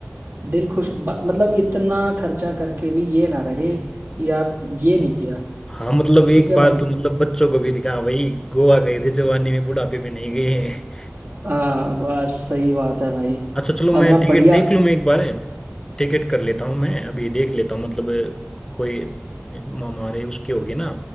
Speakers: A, on the right; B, on the left.
A: दिल खुश ब- मतलब इतना खर्चा करके भी ये ना रहे कि यार ये नहीं किया
B: हाँ मतलब एक
A: ठीक है
B: बार
A: भाई
B: तो मतलब बच्चों को भी दिखा भाई गोवा गए थे जवानी में बुढ़ापे में नहीं गए हैं
A: हाँ बस सही बात है भाई
B: अच्छा चलो मैं
A: अब ना बढ़िया
B: टिकट देख लूँ मैं एक बार टिकट कर लेता हूँ मैं अभी देख लेता हूँ मतलब कोई हमारे उसके होगी ना